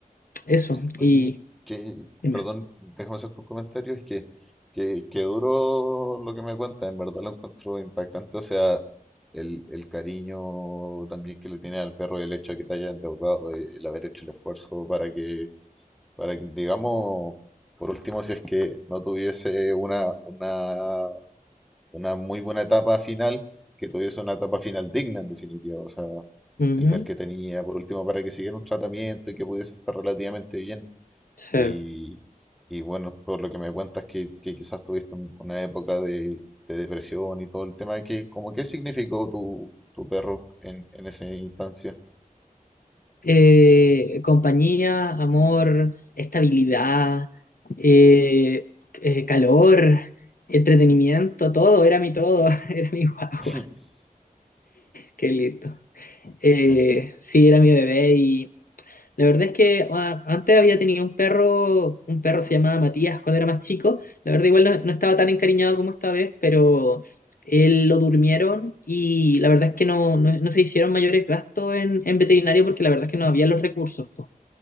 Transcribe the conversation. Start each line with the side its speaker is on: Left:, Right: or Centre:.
Left: eso,
Centre: Sí, oye,
Left: y
Centre: que,
Left: dime.
Centre: perdón, déjame hacer tu comentario, es que, que, que duro lo que me cuentas, en verdad lo encuentro impactante, o sea, el, el cariño también que le tiene al perro y el hecho de que te haya endeudado, eh, el haber hecho el esfuerzo para que Para que, digamos, por último, si es que no tuviese una, una, una muy buena etapa final, que tuviese una etapa final digna, en definitiva. O sea,
Left: Ujú,
Centre: el ver que tenía, por último, para que siguiera un tratamiento y que pudiese estar relativamente bien.
Left: sí.
Centre: Y, y bueno, por lo que me cuentas, que, que quizás tuviste un- una época de, de depresión y todo el tema, que, como, ¿qué significó tu, tu perro en, en esa instancia?
Left: Eh, compañía, amor, estabilidad, eh, eh, calor, entretenimiento, todo, era mi todo, <laughs> era mi guagua,
Centre: <laughs>
Left: qué lindo. Eh,
Centre: Sí.
Left: sí, era mi bebé y La verdad es que ah, antes había tenido un perro, un perro se llamaba Matías cuando era más chico. La verdad igual no, no estaba tan encariñado como esta vez, pero él lo durmieron y la verdad es que no, no- no se hicieron mayores gastos en, en veterinario porque la verdad es que no había los recursos, po.